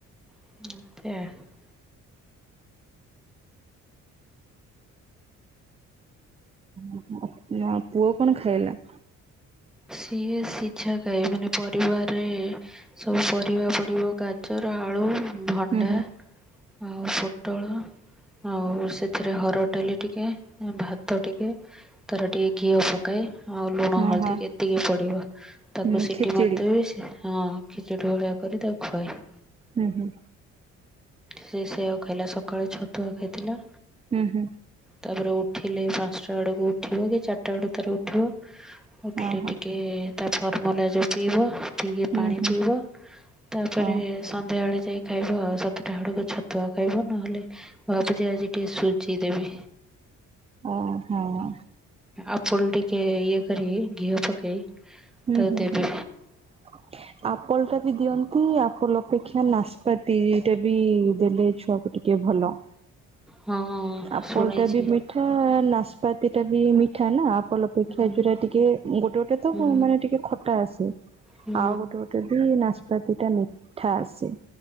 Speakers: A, in the centre; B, on the right (about 20°).
A: <unintelligible>
B: ଉଁ ହୁଁ ଆଉ ପୁଅ କଣ ଖାଇଲା?
A: ସିଏ ସିଝା ଖାଏ ମାନେ ପରିବାରେ ସବୁ ପରିବା ପଡିବ ଗାଜର, ଆଳୁ, ଭଣ୍ଡା
B: ହୁଁ ହୁଁ
A: ଆଉ ପୋଟଳ ଆଉ ସେଥିରେ ହର ଡାଲି ଟିକେ ଭାତ ଟିକେ ତାର ଟିକେ ଘିଅ ପ ପକାଇ ଆଉ ଲୁଣ
B: ହଁ
A: ହଳଦୀ
B: ହଁ
A: ଏତିକି ପଡିବ ତାକୁ
B: ହୁଁ
A: ସିଟି
B: ଖେଚେଡି
A: ମାରିଦେବି ସି ହଁ ଖିଚୁଡ଼ି ଭଳିଆ କରି ତାକୁ ଖୁଆଏ।
B: ହୁଁ ହୁଁ।
A: ସେ ସେଆକୁ ଖାଇଲା ସକାଳୁ ଛତୁଆ ଖାଇଥିଲା।
B: ହୁଁ ହୁଁ।
A: ତାପରେ ଉଠିଲେ ପାଞ୍ଚଟା ବେଳକୁ ଉଠିବ କି ଚାରିଟା ବେଳକୁ ତାର ଉଠିବ। ଉଠିଲେ
B: ଓହୋ।
A: ଟିକେ ତା ଫର୍ମୁଲା ଯୋ ପିଇବ। ଟିକିଏ
B: ହୁଁ
A: ପାଣି
B: ହୁଁ।
A: ପିଇବ ତାପରେ
B: ହଁ
A: ସନ୍ଧ୍ୟାବେଳେ ଯାଇକି। ଖାଇବ ଆଉ ସାତଟା ଆଡକୁ ଛତୁଆ ଖାଇବ ନହେଲେ ମୁଁ ଭାବୁଛି ଆଜି ଟିକେ ସୁଜି ଦେବି।
B: ଓହୋ।
A: ଆପୁଲ୍ ଟିକେ ଇଏ କରି ଘିଅ ପକେଇ
B: ହୁଁ
A: ତାକୁ
B: ହୁଁ
A: ଦେବି
B: ହୁଁ। ଆପଲ୍ ଟା ବି ଦିଅନ୍ତି ଆପଲ୍ ଅପେକ୍ଷା ଲାସ୍ପାତିଟା ବି ଦେଲେ ଛୁଆ ଟେ। କିଏ ଭଲ
A: ହଁ।
B: ଆପଲ୍
A: ଶୁଣିଛି
B: ଟା ବି ମିଠା ନାସ୍ପାତି ଟା ବି ମିଠା ନା ଆପଲ୍ ଅପେକ୍ଷା
A: ହୁଁ
B: ଯୁରା ଟିକେ ଗୋଟେ ଗୋଟେ ତ
A: ହୁଁ
B: ମାନେ ଟିକେ ଖଟା ଆସେ
A: ହୁଁ
B: ଆଉ ଗୋଟେ ଗୋଟେ ବି ନାଚ ନାପାତି ଟା ମିଠା ଆସେ